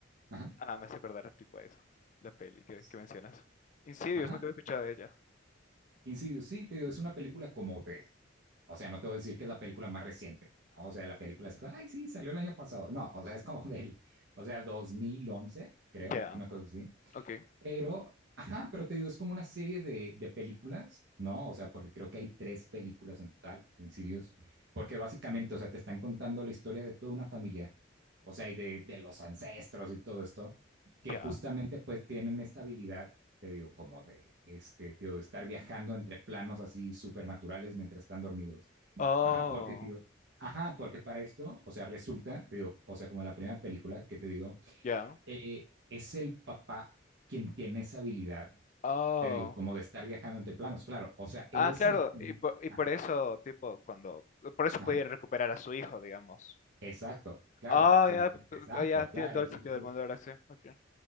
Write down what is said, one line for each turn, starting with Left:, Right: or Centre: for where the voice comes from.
Right: ajá,
Left: ajá, me hace acordar tipo a eso. La peli que,
Right: s-
Left: que mencionas. Insidious,
Right: ajá,
Left: nunca había escuchado de ella.
Right: Insidious, sí, te digo, es una película como de O sea, no te voy a decir que es la película más reciente. ¿no? O sea, la película así como, ay, sí, salió el año pasado. No, o sea, es como <laughs> del, o sea, 2011, creo,
Left: Ya,
Right: una cosa así.
Left: ok,
Right: Pero, ajá, pero te digo, es como una serie de, de películas, ¿no? O sea, porque creo que hay tres películas en total de Insidious, porque básicamente, o sea, te están contando la historia de toda una familia, o sea, y de, de los ancestros y todo esto, que
Left: ya.
Right: justamente pues tienen esta habilidad te digo, como de, este, te digo, de estar viajando entre planos así supernaturales mientras están dormidos.
Left: Oh,
Right: Ajá, porque, tío, ajá, porque para esto, o sea, resulta, te digo, o sea, como en la primera película que te digo,
Left: ya.
Right: eh, es el papá quien tiene esa habilidad,
Left: Oh.
Right: te digo, como de estar viajando entre planos, claro, o sea, él
Left: Ah,
Right: es
Left: claro,
Right: el que...
Left: y por, y
Right: Ajá,
Left: por eso, tipo, cuando. Por eso
Right: ajá,
Left: puede recuperar a su hijo, digamos.
Right: exacto, claro,
Left: Oh,
Right: sí,
Left: ya,
Right: sí,
Left: p-
Right: exacto,
Left: ah, ya,
Right: claro,
Left: tiene todo el
Right: sí,
Left: sentido
Right: sí, sí,
Left: del mundo ahora sí. Ok,